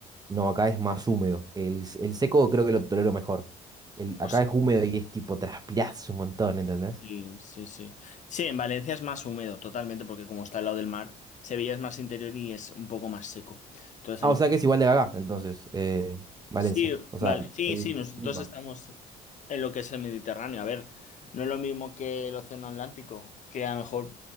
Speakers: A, on the right; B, on the left.
A: no, acá es más húmedo. El, s- el seco creo que lo tolero mejor. El, acá
B: Pues
A: es húmedo y es tipo, transpirás un montón, ¿entendés?
B: sí, sí, sí. Sí, en Valencia es más húmedo, totalmente, porque como está al lado del mar, Sevilla es más interior y es un poco más seco. Entonces,
A: Ah,
B: a lo
A: o sea
B: mejor-
A: que es igual de acá, entonces, eh, Valencia.
B: Sí,
A: O sea,
B: vale. Sí,
A: el
B: sí, nosotros
A: clima.
B: estamos en lo que es el Mediterráneo. A ver, no es lo mismo que el Océano Atlántico, que a lo mejor